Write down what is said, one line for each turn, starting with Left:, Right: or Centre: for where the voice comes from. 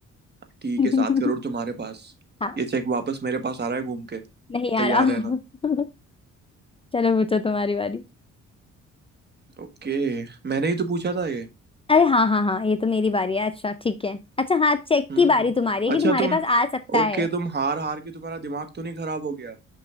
Right: ठीक
Left: <laughs>
Right: है सात करोड़ तुम्हारे पास
Left: हाँ
Right: ये चेक वापस मेरे पास आ रहा है घूम के
Left: नहीं आ
Right: तैयार
Left: रहा
Right: रहना
Left: <laughs> चलो पूछो तुम्हारी बारी
Right: ओके मैंने ही तो पूछा था ये
Left: अरे हाँ हाँ हाँ ये तो मेरी बारी है अच्छा ठीक है अच्छा हाँ चेक
Right: हम्म
Left: की बारी तुम्हारी है कि
Right: अच्छा
Left: तुम्हारे
Right: तुम
Left: पास आ सकता
Right: ओके
Left: है
Right: तुम हार हार के तुम्हारा दिमाग तो नहीं खराब हो गया